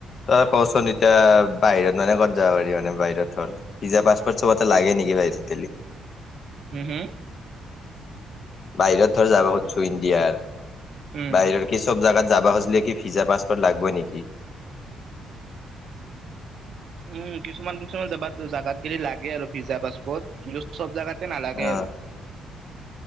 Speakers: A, on the left; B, on the right.
A: তই কচোন এতিয়া বাহিৰত মানে ক'ত যাব পাৰি মানে বাহিৰত হল, পিজ্জা পাছপৰ্ট চবতে লাগে নেকি বাহিৰত? <unintelligible>
B: হম', হম',
A: বাহিৰত ধৰ যাব খুজছো ইণ্ডিয়াৰ
B: উম।
A: বাহিৰৰ কি চব জাগাত যাব খুজলি কি ভিজ্জা পাছপৰ্ট লাগব নেকি
B: উম কিছুমান কিছুমান জাত জোগাত লাগে আৰু ভিজা পাছপৰ্ট কিন্তু চব জাগাত তে নালাগে
A: অ
B: আৰু